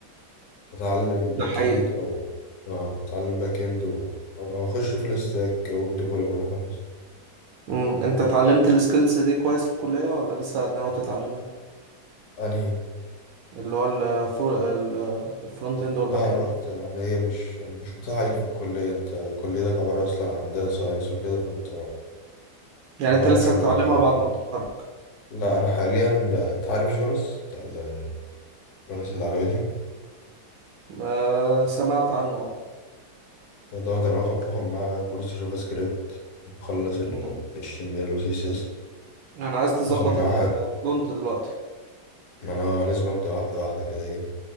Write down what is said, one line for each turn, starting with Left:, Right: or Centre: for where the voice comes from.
Left: اتعلم
Right: ده
Left: باك
Right: حقيقي
Left: اند او اه اتعلم باك اند و... او او اخش في الاستاك او ديفلوبر وخلاص
Right: امم انت اتعلمت السكيلز دي كويس في الكلية ولا لسه ناوي تتعلمها
Left: انهي
Right: اللي هو الفو- ال- الفرونت اند والباك
Left: لا انا
Right: اند
Left: بت... يعني هي مش مش متاحه عليك في الكليه انت كليتك عباره اصلا عن داتا ساينس وكده فانت
Right: يعني
Left: ملهمش
Right: انت لسه
Left: هم
Right: هتتعلمها
Left: في الحاجات
Right: بعد
Left: دي
Right: ما تتخرج
Left: لا انا حاليا انت عارف جوناس بتاع ال- جوناس اللي على ويديو
Right: آه سمعت عنه اه
Left: دوت انا واخد باخد معاه كورس جافا سكريبت مخلص ال
Right: امم
Left: HTML و CSS
Right: انا عايز تظبط
Left: باخد معاه
Right: ال- الفرونت دلوقتي
Left: ما انا لازم ابدا واحده واحده كده ايه